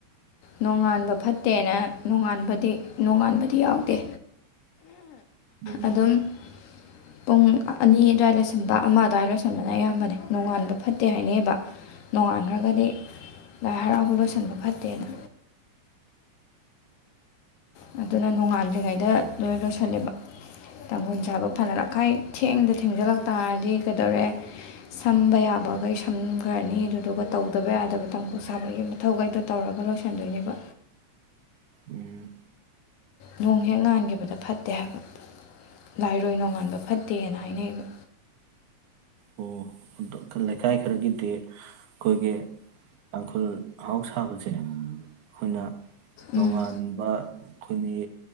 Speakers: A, on the left; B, on the right.
A: ꯅꯣꯡꯉꯥꯟꯕ ꯐꯠꯇꯦꯅ ꯅꯣꯡꯉꯥꯟꯕꯗꯤ ꯅꯣꯡꯉꯥꯟꯕꯗꯤ ꯌꯥꯎꯗꯦ
B: ꯃꯧꯃ
A: ꯑꯗꯨꯝ ꯄꯨꯡ ꯑꯅꯤ ꯑꯗꯨꯋꯥꯏ ꯂꯣꯏꯁꯤꯟꯕ ꯑꯃ ꯑꯗꯨꯋꯥꯏ ꯂꯣꯏꯁꯤꯟꯕꯅ ꯑꯌꯥꯝꯕꯅꯦ ꯅꯣꯡꯉꯥꯟꯕ ꯐꯠꯇꯦ ꯍꯥꯏꯅꯩꯑꯕ ꯅꯣꯡꯉꯥꯟꯈ꯭ꯔꯒꯗꯤ ꯂꯥꯏ ꯍꯔꯥꯎꯕ ꯂꯣꯏꯁꯤꯟꯕ ꯐꯠꯇꯦꯅ ꯑꯗꯨꯅ ꯅꯣꯡꯉꯥꯟꯗ꯭ꯔꯤꯉꯩꯗ ꯂꯣꯏ ꯂꯣꯏꯁꯤꯜꯂꯦꯕ ꯇꯥꯡꯈꯨꯜ ꯁꯥꯕ ꯐꯅꯅꯈꯥꯏ ꯊꯦꯡꯗ ꯊꯦꯡꯖꯤꯜꯂꯛ ꯇꯥꯔꯗꯤ ꯀꯩꯗꯧꯔꯦ ꯁꯝꯕ ꯌꯥꯕꯈꯩ ꯁꯝꯈ꯭ꯔꯅꯤ ꯑꯗꯨꯗꯨꯒ ꯇꯧꯗꯕ ꯌꯥꯗꯕ ꯇꯥꯡꯈꯨꯜ ꯁꯥꯕꯒꯤ ꯃꯊꯧꯈꯩꯗꯣ ꯇꯧꯔꯒ ꯂꯣꯏꯁꯤꯟꯗꯣꯏꯅꯦꯕ
B: ꯎꯝ
A: ꯅꯣꯡ ꯍꯦꯛ ꯉꯥꯟꯈꯤꯕꯗ ꯐꯠꯇꯦ ꯍꯥꯏꯕ ꯂꯥꯏꯔꯣꯏ ꯅꯣꯡꯉꯥꯟꯕ ꯐꯠꯇꯦꯅ ꯍꯥꯏꯅꯩꯕ
B: ꯑꯣ ꯑ ꯂꯩꯀꯥꯏ ꯈꯔꯒꯤꯗꯤ ꯑꯩꯈꯣꯏꯒꯤ ꯇꯥꯡꯈꯨꯜ ꯑꯥꯎ ꯁꯥꯕꯁꯦ ꯍꯅ ꯅꯣꯡꯉꯥꯟꯕ
A: ꯎꯝ
B: ꯑꯩꯈꯣꯏꯒꯤ